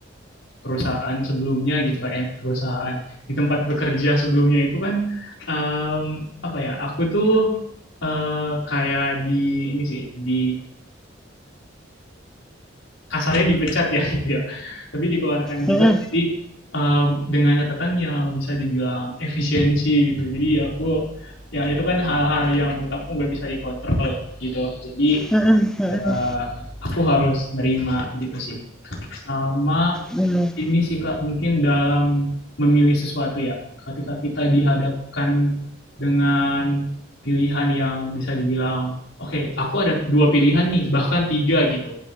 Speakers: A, on the left; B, in the centre.
A: perusahaan sebelumnya gitu kan, eh, perusahaan di tempat bekerja sebelumnya itu kan em, apa ya? Aku tuh eh, kayak di ini sih di kasarnya dipecat ya <laughs> gitu ya, tapi dikeluarkan gitu.
B: mm-mm,
A: Jadi em, dengan catatan yang bisa dibilang efisiensi gitu. Jadi aku ya itu kan hal-hal yang menurut aku nggak bisa dikontrol gitu. Jadi
B: mm-mm, mm-mm,
A: ya aku harus nerima gitu sih sama
B: mm-mm,
A: ini sih kak mungkin dalam memilih sesuatu ya ketika kita dihadapkan dengan pilihan yang bisa dibilang oke okay, aku ada dua pilihan nih bahkan tiga gitu